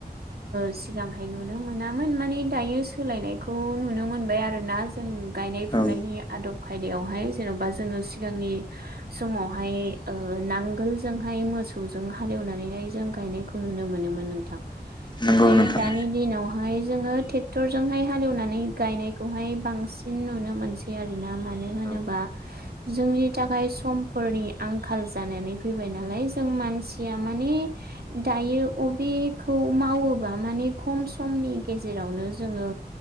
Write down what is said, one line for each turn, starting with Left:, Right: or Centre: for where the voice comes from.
Right: सिगांहाय नुनो मोनामोन माने दायो सोलायनायखौ नुनो मोनबाय आरोना जों गायनाय फुनायनि
Left: औ
Right: आदब खायदायावहाय जेन'बा जोंङो सिगांनि समावहाय नांगोलजोंहाय मोसौ जों हालेवनानैहाय जों गायनायखौ नुनो मोनोन नोंथां नाथाय
Left: नंगौ नोंथां
Right: दानि दिनाव हाय जोंङो ट्रेक्टरजोंहाय हालेवनानै गायनायखौहाय बांसिन नुनो मोनसै आर ना मानो होनोबा
Left: औ
Right: जोंनि थाखाय समफोरनि आंखाल जानानै फैबाय नालाय जों मानसिया माने दायो अबेखौ मावोबा माने खम समनि गेजेरावनो जोंङो